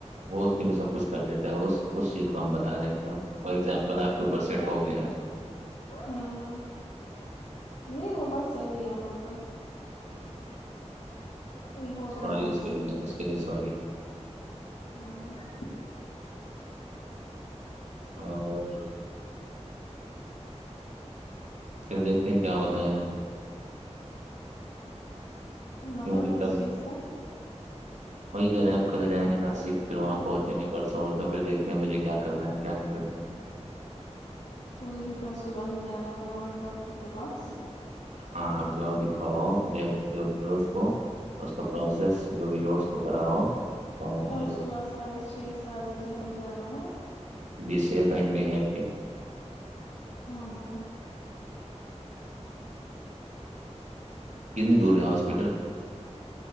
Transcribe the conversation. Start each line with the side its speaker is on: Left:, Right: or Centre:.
Right: وہ اس کے لیے سب کچھ کر دیتا ہے اس کچ چیز کو ہم بتا رہے تھ وہ ایگزامپل آپ کے اوپر سیٹ
Left: ہ
Right: ہو گیا
Left: ہ ہاں یہی وہ بت صحی ہے مطلب
Right: ہ
Left: یہ ہوتا
Right: ساری
Left: ہے ایسا
Right: اس کے لیے اس کے لیے ساری
Left: ہاں <unintelligible>
Right: اور پھر دیکھتے ہیں کیا ہوتا ہے
Left: مطلب
Right: کیونکہ
Left: کس
Right: کل
Left: چیز کا
Right: وہی کہہے ہیں آپ کل جائیں گے ناسک پھر وہاں پہنچیں گے پرسوں ورسوں پھر دیکھتے ہیں مجھے کیا کرنا ہے کیا نہیں کرنا ہے
Left: مجھے بھی کل صبح ہی جانا ہے وہاں ڈاکٹر کے پاس
Right: ہاں آپ جاؤ دکھاؤ جو بھی ہو اس کو پروسیس جو ویورز کو کراؤ اور
Left: کل صبح ساڑھے چھ سات بجے ہمیں جانا ہے
Right: be safe and be happy
Left: ہاں ہاں
Right: کنی دور ہے ہاسپٹل